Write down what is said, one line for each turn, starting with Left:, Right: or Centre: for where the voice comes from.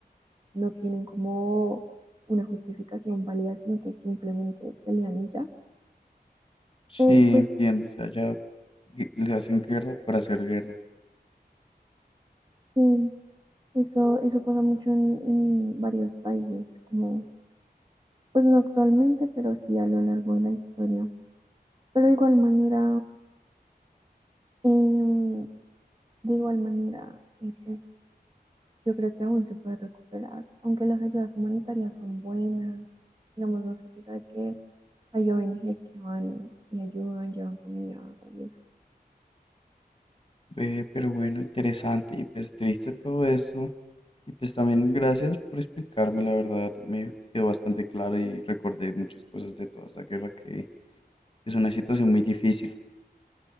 Right: no tienen como una justificación válida, sino que simplemente pelean y ya.
Left: Sí,
Right: Pero pues
Left: entiendo, o sea, ya gue- le hacen guerra para hacer guerra.
Right: sí, eso, eso pasa mucho en, en varios países, como, pues no actualmente, pero sí a lo largo de la historia. Pero de igual manera, em, de igual manera, eh, pues Yo creo que aún se puede recuperar, aunque las ayudas humanitarias son buenas. Digamos, no sé si sabes que hay ONGs que van y ayudan, llevan comida, agua y eso.
Left: Ve, pero bueno, interesante y pues triste todo eso. Y pues también gracias por explicarme, la verdad, me quedó bastante claro y recordé muchas cosas de toda esta guerra que es una situación muy difícil.